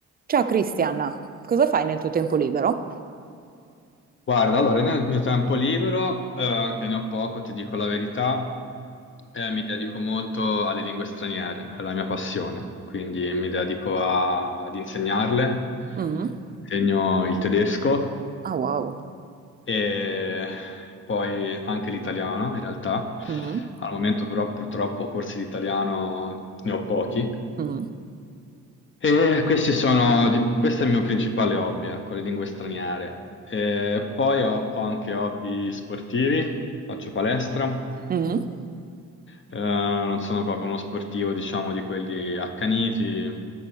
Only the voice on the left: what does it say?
Guarda, allora nel mio tempo libero, eh, che ne ho poco, ti dico la verità, eh, mi dedico molto alle lingue straniere, è la mia passione, quindi mi dedico a- ad insegnarle,
insegno il tedesco
e poi anche l'italiano in realtà.
Al momento però purtroppo corsi di italiano ne ho pochi,
e questi sono, di- questo è il mio principale hobby, ecco, le lingue straniere. E poi ho, ho anche hobby sportivi, faccio palestra,
Eh, non sono proprio uno sportivo, diciamo, di quelli accaniti,